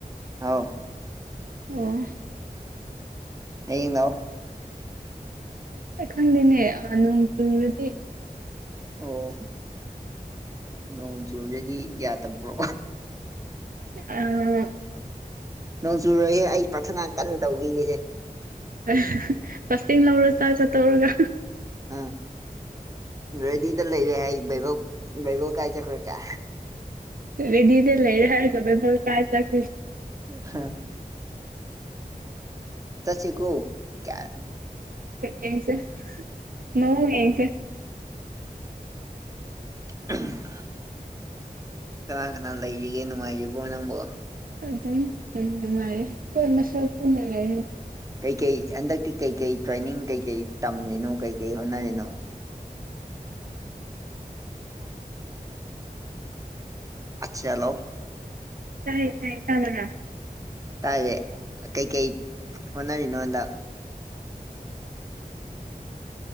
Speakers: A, on the right; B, on the right.
A: ꯍꯥꯎ
B: ꯑꯣ
A: ꯍꯥꯌꯦꯡ ꯂꯥꯛ ꯑꯣ
B: ꯑꯩ ꯈꯪꯗꯦꯅꯦ ꯅꯣꯡ ꯆꯨꯔꯗꯤ
A: ꯑꯣ ꯅꯣꯡ ꯆꯨꯨꯔꯗꯤ ꯌꯥꯗꯕ꯭ꯔꯣ
B: ꯑꯥ
A: ꯅꯣꯡ ꯆꯨꯨꯔꯣꯏꯌꯦ ꯑꯩ ꯄ꯭ꯔꯔꯊꯅꯥ ꯀꯟꯅ ꯇꯧꯕꯤꯒꯦꯁꯦ
B: <unintelligible> ꯐꯁꯇꯦꯡ ꯂꯧꯔꯣ ꯆꯥꯛ ꯆꯥ ꯇꯣꯛꯔꯒ
A: ꯎꯝ ꯔꯦꯗꯤꯗ ꯂꯩꯔꯦ ꯍꯥꯏ ꯕꯥꯢꯕꯜ ꯕꯥꯢꯕꯜ ꯀꯥꯏ ꯆꯈ꯭ꯔ ꯖ
B: ꯔꯦꯗꯤꯗ ꯂꯩꯔꯦ ꯍꯥꯢꯔꯒ ꯕꯥꯢꯕꯜ ꯀꯥꯏ ꯆꯠ
A: ꯍꯥ ꯆꯠꯁꯦꯀꯣ ꯀꯌꯥ
B: ꯌꯦꯡꯁꯦ ꯃꯑꯣꯡ ꯌꯦꯡꯁꯦ
A: <unintelligible> ꯀꯅꯥ ꯀꯅꯥ ꯂꯩꯔꯤꯒꯦ ꯅꯨꯡꯉꯥꯏꯔꯤꯕꯣ ꯅꯪꯕꯣ
B: ꯑꯗꯨꯝ ꯅꯨꯉꯥꯏꯔꯤ ꯈꯣꯢ ꯃꯁꯦꯜ ꯄꯨꯟꯅ ꯂꯩꯔꯦ
A: ꯀꯩꯀꯩ ꯍꯟꯗꯛꯇꯤ ꯀꯩꯀꯩ ꯇ꯭ꯔꯦꯅꯤꯡ ꯀꯩꯀꯩ ꯇꯝꯃꯤꯅꯣ ꯀꯩꯀꯩ ꯍꯣꯠꯅꯔꯤꯅꯣ <unintelligible>
B: ꯇꯥꯌꯦ ꯇꯥꯌꯦ ꯇꯥꯗꯕ꯭ꯔꯥ
A: ꯇꯥꯌꯦ ꯀꯩ ꯀꯩ ꯍꯣꯅꯔꯤꯅꯣꯟꯗ